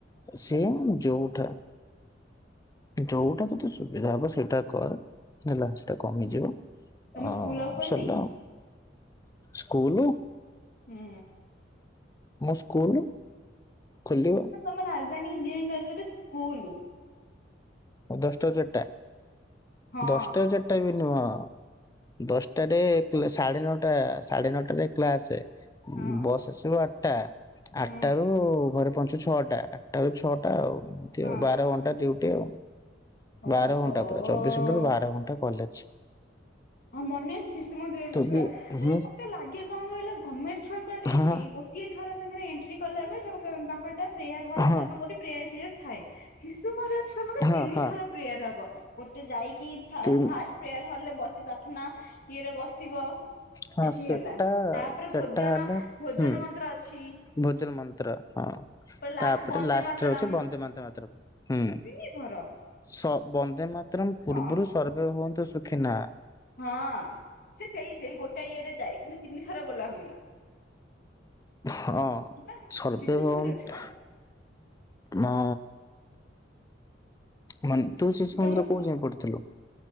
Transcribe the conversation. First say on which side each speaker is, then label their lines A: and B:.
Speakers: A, on the left; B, on the left.
A: ସେ ଯୋଉଠା ଯୋଉଟା ତତେ ସୁବିଧା ହବ ସେଇଟା କର। ହେଲା ସେଟା କମିଯିବ
B: ତମ
A: ଅ
B: ସ୍କୁଲ ଆଉ ଖୋଲିନି
A: ସରିଲା। ଆଉ ସ୍କୁଲ
B: ହୁଁ।
A: ମୁଁ ସ୍କୁଲ ଖୋଲିବ
B: ମାନେ ରାଜଧାନୀ ଇଞ୍ଜିନିୟରିଙ୍ଗ ହଉଚି ଗୋଟେ ସ୍କୁଲ।
A: ଦଶଟାରୁ ଚାରିଟା,
B: ହଁ
A: ଦଶଟାରୁ ଚାରିଟା ବି ନୁହଁ। ଦଶଟାରେ ସାଢ଼େ ନଅଟା, ସାଢ଼େ ନଅଟାରେ କ୍ଲାସେ।
B: ହଁ
A: ବସ୍ ଆସିବ ଆଠଟା ଆଠଟାରୁ
B: ହୁଁ
A: ଘରେ ପହଞ୍ଚୁ ଛଅଟା, ଆଠଟାରୁ ଛଅଟା ଆଉ।
B: ହଁ
A: ବାର ଘଣ୍ଟା ଡିଉଟି ଆଉ,
B: ଓହୋ।
A: ବାର ଘଣ୍ଟା ପୁରା ଚବିଶ ଘଣ୍ଟାରୁ ବାର ଘଣ୍ଟା କଲେଜ।
B: ହଁ ମନେ ଅଛି, ଶିଶୁ ମନ୍ଦିରର
A: ତ
B: ଛୁଆ
A: ବି
B: ମାନେ
A: ହୁଁ
B: ମତେ ଲାଗେ କଣ କହିଲ, ଗଭରମେଣ୍ଟ ଛୁଆଙ୍କ ଯେମିତି
A: ହଁ
B: ଗୋ ଗୋଟିଏ ଥର ସେମାନେ ଏଣ୍ଟ୍ରି କଲା ପରେ <unintelligible> ତାଙ୍କର ପ୍ରେୟାର ହଲ
A: ହଁ
B: ଥାଏ, ଏବଂ ଗୋଟେ ପ୍ରେୟାର ପିରିୟଡ୍ ଥାଏ। ଶିଶୁ ମନ୍ଦିର ଛୁଆମାନଙ୍କର
A: ହଁ
B: ତିିନିଥର
A: ହଁ
B: ପ୍ରେୟାର ହବ, ଗୋଟେ ଯାଇକି ଫା
A: ତିନ୍
B: ଫାଷ୍ଟ ପ୍ରେୟାର ହଲରେ ବସି ପ୍ରାର୍ଥନା ଇଏରେ ବସିବ।
A: ହଁ
B: ସେଠି
A: ସେଟା
B: ଗଲା, ତାପରେ
A: ସେଟା
B: ଭୋଜନ
A: ହେଲା
B: ଭୋଜନ
A: ହୁଁ
B: ମନ୍ତ୍ର ଅଛି।
A: ଭୋଜନ ମନ୍ତ୍ର ହଁ।
B: ଲାଷ୍ଟକୁ
A: ତାପରେ
B: ବନ୍ଦେ
A: ଲାଷ୍ଟରେ
B: ମାତରମ୍
A: ହଉଛି ବନ୍ଦେ ମ ମାତରମ୍ ହୁଁ।
B: ତିନି ଥର
A: ସ ବନ୍ଦେ ମାତରମ୍ ପୂର୍ବରୁ
B: ହଁ
A: ସର୍ଭେ ଭବନ୍ତୁ ସୁଖୀନ।
B: ହଁ ସେ ସେଇ ସେଇ ଗୋଟେ ଇଏରେ ଯାଏ, କିନ୍ତୁ ତିନି ଥର ବୋଲା ହୁଏ।
A: ହଁ
B: ହେଲା
A: ସର୍ବେ
B: ଶିଶୁ
A: ଭବନ୍ତୁ
B: ମନ୍ଦିର ଛୁଆ
A: ନା। ମାନେ ତୁ ଶିଶୁ
B: ତମ
A: ମନ୍ଦିର କୋଉ ଯାଏଁ ପଢ଼ିଥିଲୁ?